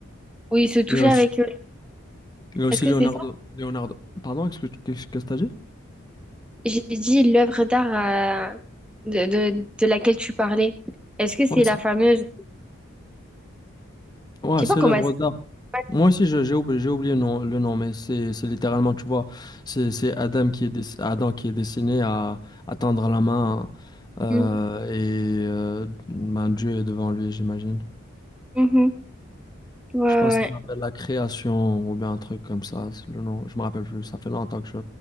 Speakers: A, in the centre; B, on the left (about 20°).
A: où il se touchait
B: et aussi,
A: avec eux.
B: et aussi
A: Est-ce que
B: Leonardo,
A: c'est ça?
B: Leonardo. Pardon, excuse, qu'est-ce que t'as dit?
A: J'ai dit l'œuvre d'art euh, de, de, de laquelle tu parlais. Est-ce que c'est
B: Ouais, c'est
A: la fameuse?
B: ouais,
A: Je sais
B: c'est
A: pas comment
B: l'œuvre
A: elle
B: d'art.
A: s'appelle.
B: Moi aussi, je- j'ai oublié, j'ai oublié le nom, le nom, mais c'est c'est littéralement, tu vois, c'est c'est Adam qui est dess- Adam qui est destiné à, à tendre la main euh,
A: Mm.
B: et euh, ben, Dieu est devant lui, j'imagine.
A: Mhm. Ouais, ouais.
B: Je pense que ça s'appelle
A: ouais.
B: la création ou bien un truc comme ça. c'est Le nom, je me rappelle plus. Ça fait longtemps que je